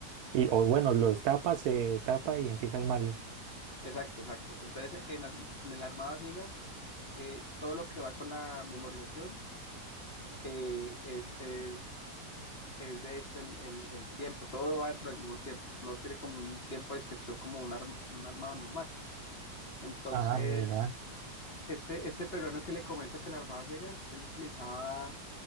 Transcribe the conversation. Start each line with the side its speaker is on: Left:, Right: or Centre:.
Right: Y, o bueno, los
Left: Sí.
Right: tapa, se tapa y empieza el Mario.
Left: Exacto, exacto. Entonces, en, ar- en el armado a ciegas, eh, todo lo que va con la memorización eh, es, es, es de hecho el, el, el tiempo, todo va dentro del mismo tiempo, no tiene como un tiempo de inspección como un, arm- un armado normal. Entonces,
Right: Ah, mira,
Left: este, este peruano que le comento que el armado a ciegas, él utilizaba